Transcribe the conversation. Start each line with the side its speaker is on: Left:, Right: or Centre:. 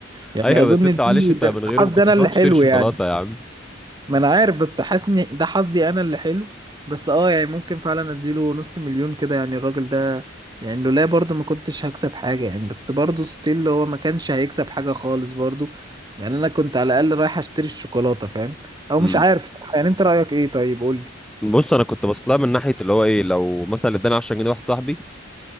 Right: يعني
Centre: ايوه
Right: اظن
Centre: بس انت معلش
Right: دي
Centre: انت
Right: ده
Centre: من غيره
Right: حظ
Centre: ما كنتش
Right: ده انا
Centre: هتروح
Right: اللي حلو
Centre: تشتري شوكولاته
Right: يعني
Centre: يا عم
Right: ما انا عارف بس حاسني ده حظي انا اللي حلو بس اه يعني ممكن فعلا اديله نص مليون كده يعني الراجل ده يعني لولا برضه ما كنتش هكسب حاجة يعني بس برضه ستيل هو ما كانش هيكسب حاجة خالص برضه يعني انا كنت على الاقل رايح اشتري الشوكولاتة فاهم او
Centre: امم
Right: مش عارف صح يعني انت رأيك ايه طيب قولي
Centre: بص انا كنت بصلها من ناحيه اللي هو ايه لو مثلا اداني 10 جنيه واحد صاحبي